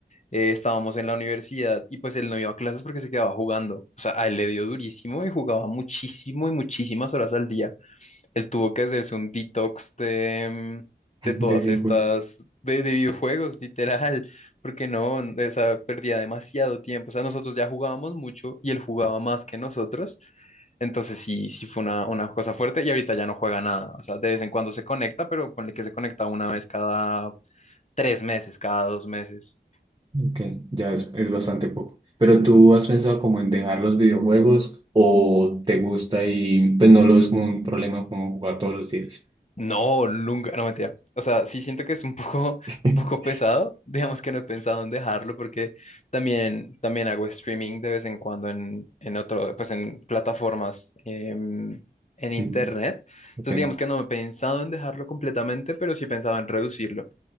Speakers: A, on the left (about 40°); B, on the right (about 30°).
A: eh, estábamos en la universidad y pues él no iba a clases porque se quedaba jugando. O sea, a él le dio durísimo y jugaba muchísimo y muchísimas horas al día. Él tuvo que hacerse un detox de, mm, de
B: <laughs>
A: todas
B: de videojuegos.
A: estas, de, de videojuegos, literal, porque no, esa perdía demasiado tiempo. O sea, nosotros ya jugábamos mucho y él jugaba más que nosotros. Entonces sí, sí fue una, una cosa fuerte y ahorita ya no juega nada. O sea, de vez en cuando se conecta, pero ponle que se conecta una vez cada tres meses, cada dos meses.
B: Ok, ya es, es bastante poco. Pero tú has pensado como en dejar los videojuegos o te gusta y pues no lo ves como un problema como jugar todos los días.
A: No, nunca, no mentira. O sea, sí siento que es un <laughs> poco,
B: <laughs>
A: un poco pesado. Digamos que no he pensado en dejarlo porque también, también hago streaming de vez en cuando en, en otro, pues en plataformas em, en internet.
B: Mm,
A: Entonces,
B: Ok,
A: digamos que no he pensado en dejarlo completamente, pero sí he pensado en reducirlo.